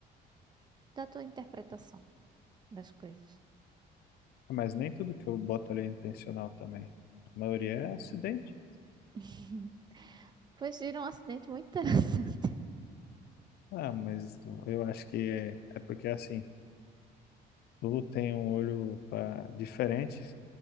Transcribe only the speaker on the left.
Ah, Mas nem tudo que eu boto ali é intencional também. A maioria é acidente.
Ah, mas eu acho que é, é porque assim, tu tem um olho pra, diferente